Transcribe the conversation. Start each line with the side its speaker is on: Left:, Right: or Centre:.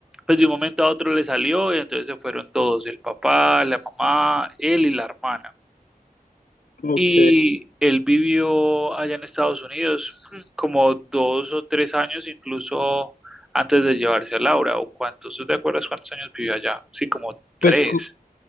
Centre: pues de un momento a otro le salió y entonces se fueron todos, el papá, la mamá, él y la hermana.
Left: Ujú,
Centre: Y
Left: ok.
Centre: él vivió allá en Estados Unidos mm, como dos o tres años, incluso antes de llevarse a Laura, o cuántos, ¿tú te acuerdas cuántos años vivió allá? Sí, como tres.
Left: Pues cu-